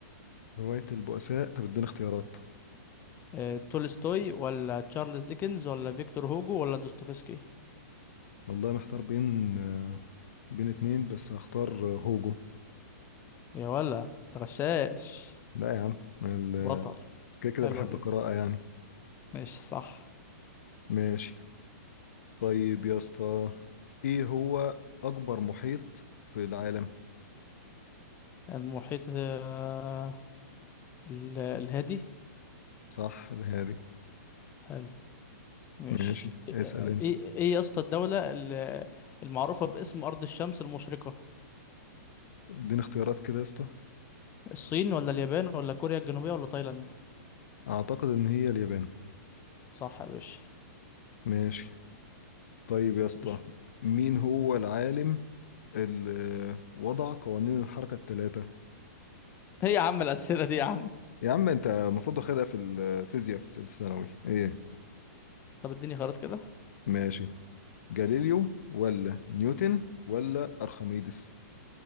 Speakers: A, on the left; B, on the left.
A: رواية البؤساء طب اديني اختيارات
B: آه، تولستوي ولا تشارلز ديكنز ولا فيكتور هوجو ولا دوستويفسكي
A: والله محتار بين آه، بين اتنين بس هختار آه، هوجو
B: يا ولا تغشاش
A: لا يا عم ال-
B: بطل
A: كده كده
B: حلوة
A: بحب
B: دي
A: القراءة يعني
B: ماشي صح
A: ماشي طيب يا اسطى ايه هو أكبر محيط في العالم
B: المحيط آه، ال- الهادي
A: صح هذه
B: حلو مش
A: ماشي
B: ايه
A: اسأل انت
B: ايه إيه يا اسطى الدولة ال- المعروفة باسم أرض الشمس المشرقة
A: اديني اختيارات كده يا اسطى
B: الصين ولا اليابان ولا كوريا الجنوبية ولا تايلاند
A: أعتقد إن هي اليابان
B: صح يا باشا
A: ماشي طيب يا اسطى
B: خش.
A: مين هو العالم اللي وضع قوانين الحركة الثلاثة
B: ايه يا عم الأسئلة دي يا عم
A: يا عم انت المفروض واخدها في الفيزياء في ثالثه ثانوي ايه
B: طب اديني خيارات كده
A: ماشي جاليليو ولا نيوتن ولا ارخميدس